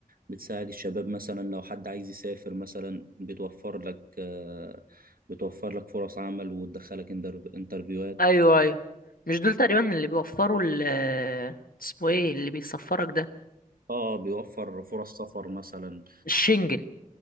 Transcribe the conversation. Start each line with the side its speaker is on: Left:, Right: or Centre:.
Right: بتساعد الشباب مثلا لو حد عايز يسافر مثلا بتوفر لك آه، بتوفر لك فرص عمل وتدخلك اندر- انترفيوهات
Left: ايوه ايوه مش دول تقريبا اللي بيوفروا ال اسمه ايه اللي بيسفرك ده
Right: اه بيوفر فرص سفر مثلا
Left: الشنجن